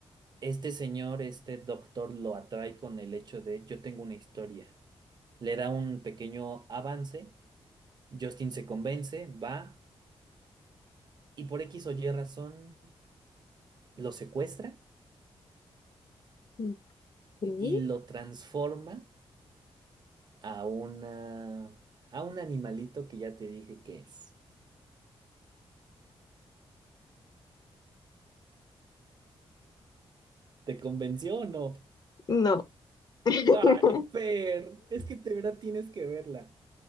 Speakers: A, on the right (about 45°); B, on the left (about 40°).
A: Este señor, este doctor, lo atrae con el hecho de yo tengo una historia. Le da un pequeño avance, Justin se convence, va y por X o Y razón lo secuestra
B: Ujú. ¿Sí?
A: y lo transforma a una a un animalito que ya te dije que es. ¿Te convenció o no?
B: No. <laughs>
A: Ay, Fer, es que de verdad tienes que verla.